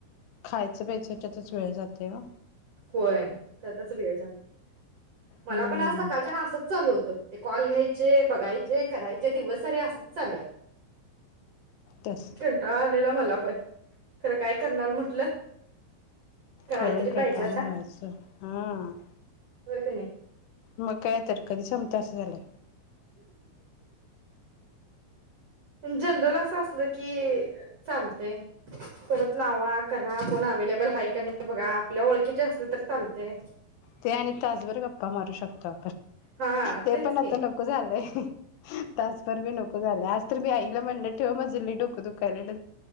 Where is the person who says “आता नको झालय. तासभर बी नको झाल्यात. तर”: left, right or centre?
Left